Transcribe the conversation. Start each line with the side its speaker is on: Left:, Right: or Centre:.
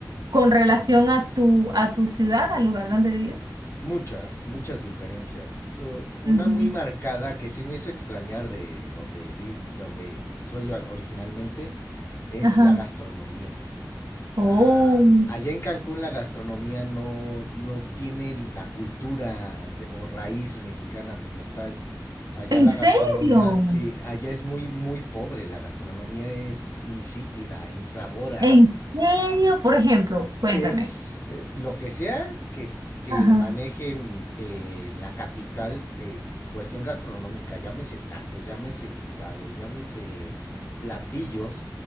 Right: con relación a tu, a tu ciudad, al lugar donde vives.
Left: muchas, muchas diferencias, Uh, una
Right: Ujú.
Left: muy marcada que sí me hizo extrañar de donde vi, donde soy o- originalmente es
Right: Ajá.
Left: la gastronomía.
Right: Oh,
Left: Ah, allá en Cancún la gastronomía no, no tiene la cultura de- o raíz mexicana como tal. Allá
Right: ¿en
Left: la
Right: serio?
Left: gastronomía, sí, allá es muy, muy pobre. La gastronomía es insípida, insabora,
Right: ¿En serio? Por ejemplo, cuéntame.
Left: es eh, lo que sea que, es- que
Right: Ajá.
Left: maneje en eh, en la capital en cuestión gastronómica, llámese tacos, llámese guisados, llámese platillos,